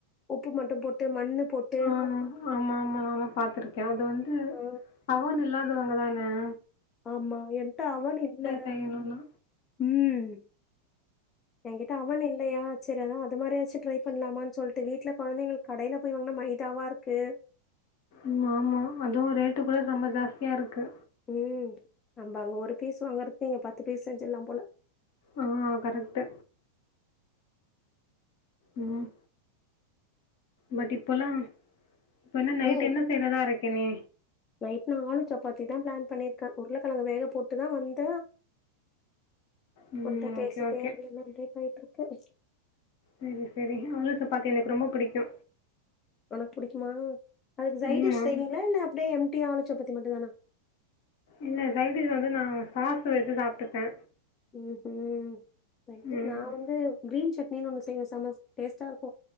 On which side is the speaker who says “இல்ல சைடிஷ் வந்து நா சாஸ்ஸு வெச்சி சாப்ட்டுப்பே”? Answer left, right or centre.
Left